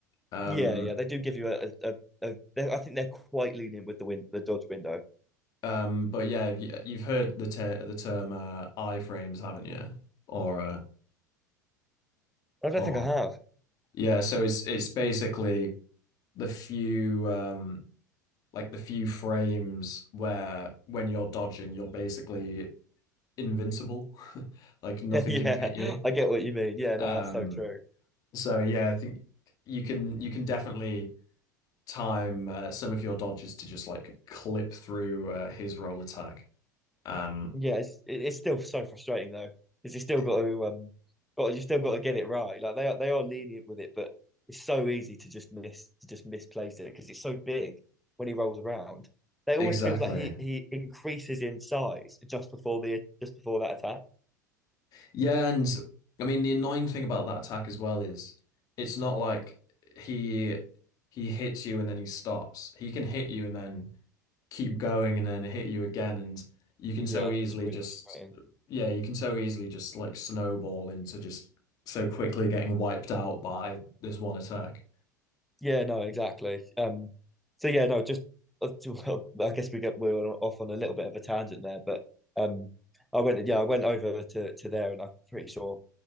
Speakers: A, on the left (about 40°); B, in the centre.
A: Um
B: Yeah, yeah, they do give you a a, a, a I think they're quite lenient with the win the dodge window.
A: Um, but yeah, you- you've heard the ter the term uh, iframes, haven't you? Or uh,
B: I don't
A: or
B: think I have.
A: yeah, so it's it's basically the few um like the few frames where when you're dodging, you're basically invincible, <laughs> like nothing
B: <laughs> Yeah,
A: can hit you.
B: I get what you mean. Yeah,
A: Um,
B: no, that's so true.
A: so yeah, I think you can you can definitely time uh, some of your dodges to just like clip through uh, his roll attack. Um,
B: Yeah, it's it- it's still so frustrating though, because you still
A: e-
B: got to um, got you still got to get it right. Like they are they are lenient with it, but it's so easy to just miss to just misplace it because it's so big when he rolls around. It almost
A: exactly.
B: feels like he he increases in size just before the just before that attack.
A: Yeah, and I mean the annoying thing about that attack as well is it's not like he he hits you and then he stops. He can hit you and then keep going and then hit you again and you can
B: Yeah,
A: so easily
B: it's really
A: just
B: frustrating.
A: yeah, you can so easily just like snowball into just so quickly getting wiped out by this one attack.
B: Yeah, no, exactly. Um, so yeah, no, just uh, to- <laughs> I guess we get we were off on a little bit of a tangent there, but um, I went yeah, I went over to to there, and I'm pretty sure,